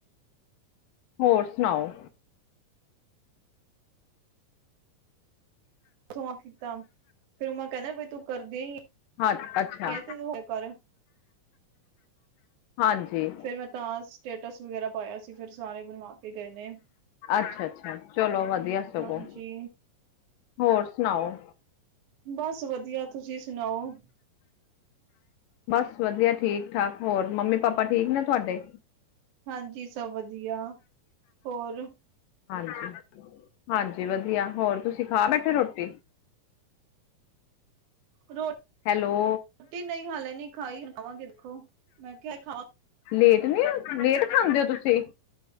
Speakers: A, on the left; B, on the right.
A: ਹੋਰ ਸੁਨਾਓ?
B: ਸੋ ਕੀਤਾ ਫੇਿਰ ਮੈਂ ਕਹਿੰਦਾ ਬਈ ਤੂੰ ਕਰਦੀ ਹੀ
A: ਹਾਂ ਅੱਛਾ
B: ਤੇ ਤੂੰ ਹੋ ਕਰ। <unintelligible>
A: ਹਾਂਜੀ
B: ਫਿਰ ਮੈਂ ਤਾਂ ਸਟੇਟਸ ਵਗੈਰਾ ਪਾਇਆ ਸੀ ਫਿਰ ਸਾਰੇ ਬਣਵਾ ਕੇ ਗਏ ਨੇ।
A: ਅੱਛਾ -ਅੱਛਾ ਚਲੋ ਵਧੀਆ ਸਗੋਂ
B: ਹਾਂਜੀ
A: ਹੋਰ ਸੁਣਾਓ।
B: ਬਸ ਵਧੀਆ ਤੁਸੀਂ ਸੁਣਾਓ।
A: ਬਸ ਵਧੀਆ ਠੀਕ ਠਾਕ ਹੋਰ ਮੰਮੀ ਪਾਪਾ ਠੀਕ ਨੇ ਤੁਹਾਡੇ
B: ਹਾਂਜੀ ਸਭ ਵਧੀਆ ਹੋਰ
A: ਹਾਂਜੀ ਹਾਂਜੀ ਵਧੀਆ ਹੋਰ ਤੁਸੀਂ ਖਾ ਬੈਠੇ ਰੋਟੀ?
B: ਰੋਜ਼।
A: ਹੈਲੋ।
B: ਰੋਟੀ ਨਹੀਂ ਹਾਲੇ ਨੀ ਖਾਈ ਖਵਾਂਗੇ ਖੋ ਮੈਂ ਕਿਹਾ ਖਾ
A: ਲੇਟ ਨੀ ਹੁੰਦੇ ਲੇਟ ਖਾਂਦੇ ਹੋ ਤੁਸੀਂ